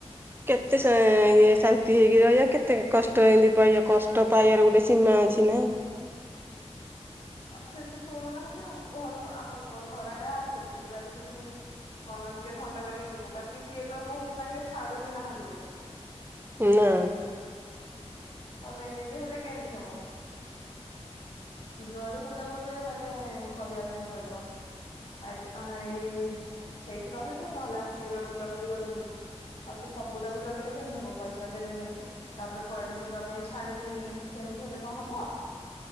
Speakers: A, on the right; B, on the left.
A: କେତେ ସେ ଇଏ ଶାନ୍ତି ହେଇକି ରହିବା? କେତେ କଷ୍ଟ ଏମତି ପାଇବା କଷ୍ଟ ପାଇବାର ଗୋଟେ ସୀମା ଅଛି ନା?
B: ସିଏ ତ ଶୁଣୁନାହାନ୍ତି ଘରକୁ ଆମ ଘର ଆଡେ ଆସେ ବୁଲିିବାଲିିକି ଯିବୁ ମନ ଟିକେ ଥଣ୍ଡା କରିକି ଯିବୁ ବାକି ସିଏ ତ କହୁଚୁ ତାଙ୍କେ ଛାଡୁ ବିି ନାହାଁନ୍ତି ବୋଲି।
A: ନା
B: ଆଉ ଏମିତି ହେଲେ କେମିତି ହବ। ଯୁଆଡୁ ହେଲେ ଗୋଟେ ମାନେ କରିବା ପାଇଁ ପଡିବ ଆ ଏଇ ସେଇଠି ରହିବୁ ନହେଲେ ଆସିକିନା ବୁଲାବୁଲି କରିକି ଯିବୁ, ଆଉ ସେ ସବୁଟାକୁ ଜଗିଲେ କେମିତି ହବ ପଇସା ଦେବେନି, ତାପରେ କୁଆଡେ ଯିବା ପାଇଁ ଛାଡିବେନି, ସେମିତି ହେଲେ କଣ ହବ?